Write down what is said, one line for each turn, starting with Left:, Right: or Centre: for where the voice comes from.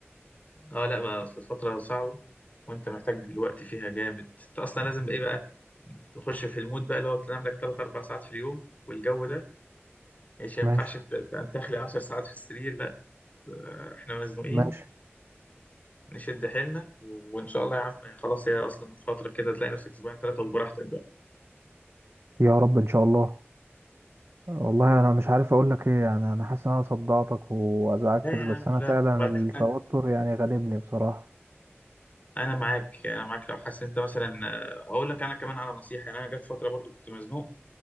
Left: اه لا بقى اصل فتره صعبه وانت محتاج الوقت فيها جامد انت اصلا لازم ايه بقى تخش في المود بقى اللي هو تنام لك 3 4 ساعات في اليوم والجو ده مش ينفعش
Right: ماشي
Left: ت- ت- تخلي 10 ساعات في السرير لا آه، احنا مزنوقين
Right: ماشي
Left: نشد حيلنا و- وان شاء الله يا عم خلاص هي اصلا فتره كده تلاقي نفسك اسبوعين ثلاثه وبراحتك بقى
Right: يا رب ان شاء الله والله انا مش عارف اقول لك ايه يعني انا حاسس ان انا صدعتك وازعجتك
Left: لا يا
Right: بس
Left: عم
Right: انا
Left: لا
Right: فعلا
Left: وبعدين
Right: التوتر يعني غالبني بصراحه
Left: انا معاك انا معاك لو حاسس إن انت مثلا آه، اقول لك انا كمان على نصيحه يعني انا جت فتره برضو كنت مزنوق